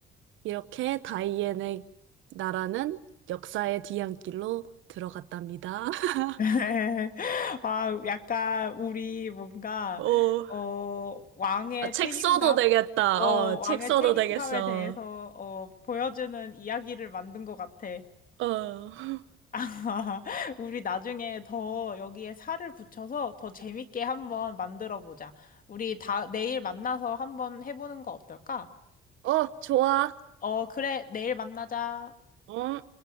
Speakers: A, on the right; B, on the left.
A: 이렇게 다이앤의 나라는 역사의 뒤안길로 들어갔답니다. <laughs>
B: <laughs> 아, 약간 우리 뭔가
A: 어,
B: 어, 왕의
A: 아, 책
B: 책임감?
A: 써도 되겠다.
B: 어,
A: 어,
B: 왕의
A: 책 써도
B: 책임감에
A: 되겠어.
B: 대해서 어, 보여주는 이야기를 만든 것 같아.
A: 어, <laughs>
B: <laughs> 우리 나중에 더 여기에 살을 붙여서 더 재밌게 한번 만들어 보자. 우리 다 내일 만나서 한번 해보는 거 어떨까?
A: 어, 좋아.
B: 어, 그래, 내일 만나자.
A: 응?